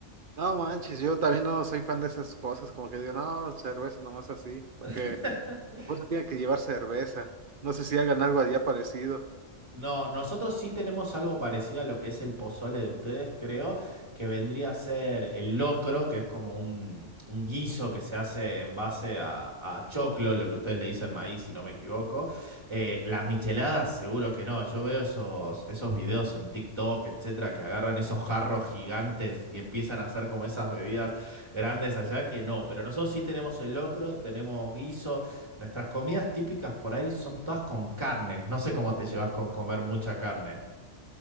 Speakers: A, on the right; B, on the right.
A: No manches, yo también no soy fan de esas cosas, como que digo, no, cerveza nomás así, porque
B: <laughs>
A: por eso tiene que llevar cerveza. No sé si hagan algo allá parecido.
B: No, nosotros sí tenemos algo parecido a lo que es el pozole de ustedes, creo, que vendría a ser el locro, que es como un, un guiso que se hace en base a, a choclo, lo que ustedes le dicen maíz, si no me equivoco. Eh, las micheladas, seguro que no. Yo veo esos, esos videos en TikTok, etcétera, que agarran esos jarros gigantes y empiezan a hacer como esas bebidas grandes allá, que no. Pero nosotros sí tenemos el locro, tenemos guisos Nuestras comidas típicas por ahí son todas con carne. No sé cómo te llevas con comer mucha carne.